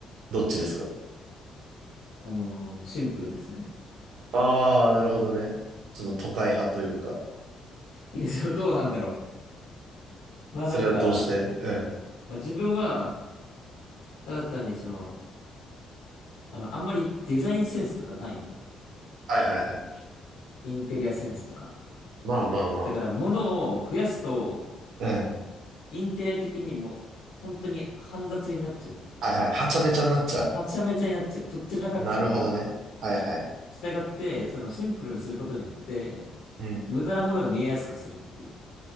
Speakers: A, on the right (about 75°); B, on the left (about 85°).
A: どっちですか
B: あのーシンプルですね。
A: ああー、なるほどね。ちょっと都会派というか。
B: うん。いいですよ。どうなんだろう。まあなんか、
A: それはどうしてうん。
B: まあ自分は、ただ単にその、あの、あんまりデザインセンスとかないのよ。
A: はいはいはい。
B: インテリアセンスとか。
A: まあまあま
B: だから物を増やすと、
A: あ。うん。
B: インテリア的にも、本当に煩雑になっちゃうっていう。
A: はいはい。はちゃめちゃになっちゃう。
B: はちゃめちゃになっちゃう。とっちらかっちゃうから、
A: なるほどね。はいはい。
B: 従って、そのシンプルにすることによって、
A: うん。
B: 無駄なものが見えやすくするっていう。